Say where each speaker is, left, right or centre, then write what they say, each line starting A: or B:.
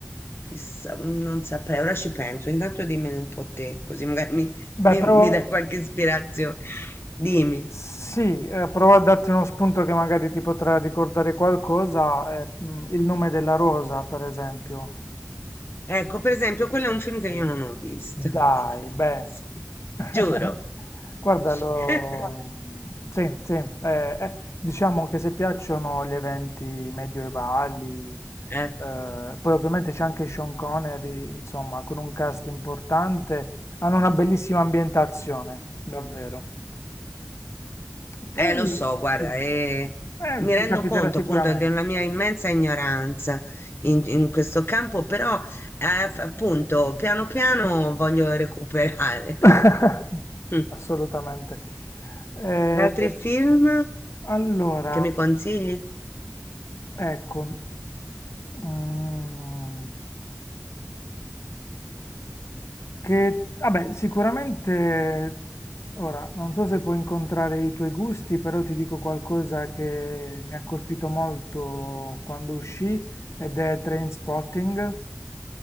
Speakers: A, on the left (about 50°); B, on the left (about 65°).
A: chissà, non saprei, ora ci penso. Intanto dimmene un po' te, così magari mi,
B: Beh,
A: mi,
B: provo,
A: mi dai qualche ispirazione. Dimmi.
B: sì, eh, provo a darti uno spunto che magari ti potrà ricordare qualcosa. eh, mm, il nome della rosa, per esempio.
A: Ecco, per esempio, quello è un film che
B: Eh,
A: io non ho visto.
B: Dai,
A: <laughs>
B: beh,
A: Sì,
B: <laughs>
A: giuro.
B: guarda,
A: <laughs>
B: lo...
A: No,
B: sì, sì, eh, eh, diciamo che se piacciono gli eventi medioevali,
A: Eh.
B: eh, poi ovviamente c'è anche Sean Connery, insomma, con un cast importante, hanno una bellissima ambientazione, davvero. Poi,
A: Eh, lo so, guarda,
B: sì,
A: eh,
B: eh,
A: mi rendo
B: ti capiterà
A: conto
B: sicuramente.
A: appunto della mia immensa ignoranza in, in questo campo, però eh, f- appunto piano piano voglio recuperare. <laughs>
B: <laughs>
A: Mm.
B: Assolutamente. Eh,
A: Altri film
B: allora,
A: che mi consigli?
B: Ecco. Mhmm. Che vabbè, sicuramente ora non so se puoi incontrare i tuoi gusti, però ti dico qualcosa che mi ha colpito molto quando uscì ed è Trainspotting.